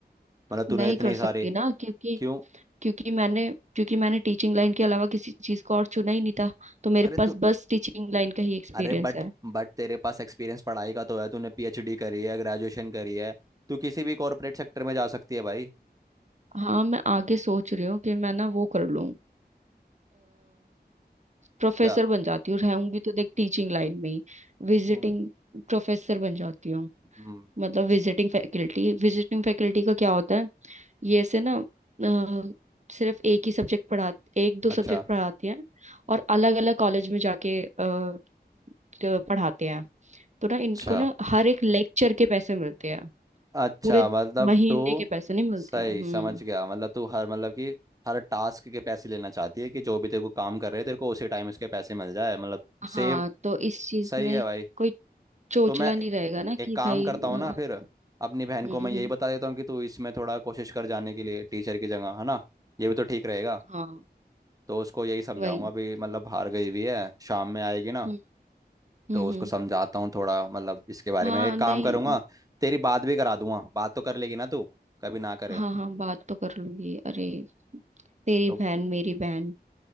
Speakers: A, on the right; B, on the right.
A: मतलब तूने
B: नहीं
A: इतनी
B: कर सकती
A: सारे
B: ना क्योंकि
A: क्यों
B: क्योंकि मैंने क्योंकि मैंने टीचिंग लाइन के अलावा किसी चीज को और चुना ही नहीं था तो मेरे
A: अरे
B: पास
A: तू
B: बस टीचिंग लाइन का ही एक्सपीरियंस
A: अरे बट
B: है
A: बट तेरे पास एक्सपीरियंस पढ़ाई का तो है तूने पीएचडी करी है ग्रेजुएशन करी है तू किसी भी कॉर्पोरेट सेक्टर में जा सकती है भाई
B: हाँ मैं आगे सोच रही हूँ कि मैं ना वो कर लूँ प्रोफेसर
A: क्या
B: बन जाती हूँ रहूंगी तो देख टीचिंग लाइन में ही विजिटिंग
A: ओ,
B: प्रोफेसर बन जाती हूँ
A: हम्म
B: मतलब विजिटिंग फैकल्टी विजिटिंग फैकल्टी का क्या होता है ये ऐसे ना अ, सिर्फ एक ही सब्जेक्ट पढ़ा एक दो सब्जेक्ट
A: अच्छा
B: पढ़ाते हैं और अलग अलग कॉलेज में जाके अ, अ, पढ़ाते हैं तो ना
A: अच्छा
B: इनको ना हर एक लेक्चर के पैसे मिलते हैं
A: अच्छा
B: पूरे
A: मतलब
B: महीने
A: तू
B: के पैसे नहीं मिलते
A: सही
B: हैं हम्म
A: समझ गया मतलब तू हर मतलब कि हर टास्क के पैसे लेना चाहती है कि जो भी तेरे को काम कर रहे हैं तेरे को उसी टाइम उसके पैसे मिल जाए मतलब
B: हाँ
A: सेव
B: तो इस चीज
A: सही
B: में
A: है भाई
B: कोई चोचला
A: तो मैं
B: नहीं रहेगा ना कि
A: एक काम
B: भाई
A: करता हूँ
B: अ,
A: ना फिर अपनी बहन
B: हम्म
A: को मैं यही
B: हम्म
A: बता देता हूँ कि तू इसमें थोड़ा कोशिश कर जाने के लिए टीचर की जगह है ना ये भी तो ठीक रहेगा
B: हाँ
A: तो उसको यही समझाऊंगा
B: वही
A: अभी मतलब बाहर गई हुई है शाम में आएगी ना
B: हम्म हम्म
A: तो उसको
B: हम्म।
A: समझाता हूँ थोड़ा मतलब इसके बारे
B: हाँ
A: में एक
B: नहीं
A: काम करूंगा तेरी बात भी करा दूंगा बात तो कर लेगी ना तू कभी ना करे
B: हाँ हाँ बात तो कर लूंगी अरे तेरी
A: तो
B: बहन मेरी बहन